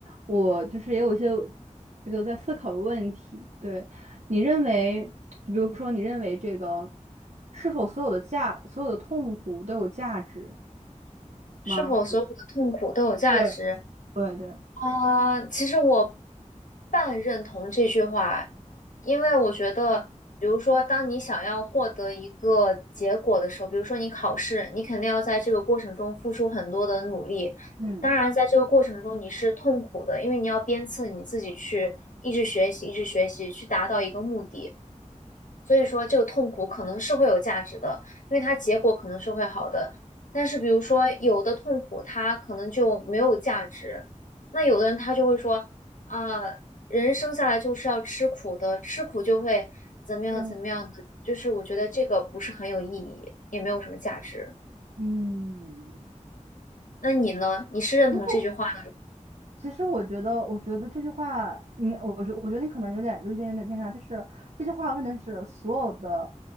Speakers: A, on the right; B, on the left.
A: 我就是也有一些这个在思考的问题。对，你认为，就比如说，你认为这个是否所有的价，所有的痛苦都有价值
B: 是否所有的痛苦都有价值？
A: 吗？对对对，
B: 啊、其实我半认同这句话，因为我觉得，比如说，当你想要获得一个结果的时候，比如说你考试，你肯定要在这个过程中付出很多的努力。
A: 嗯。
B: 当然，在这个过程中你是痛苦的，因为你要鞭策你自己去一直学习，一直学习，去达到一个目的。所以说这个痛苦可能是会有价值的，因为它结果可能是会好的。但是比如说有的痛苦它可能就没有价值，那有的人他就会说啊，人生下来就是要吃苦的，吃苦就会怎么样怎么样的，
A: 对，
B: 就是我觉得这个不是很有意义，也没有什么价值。
A: 嗯，
B: 那你呢？你是认同这句话的？
A: 那其实我觉得，我觉得这句话，你，我觉，我觉得你可能有点有一点有点偏差，就是这句话问的是所有的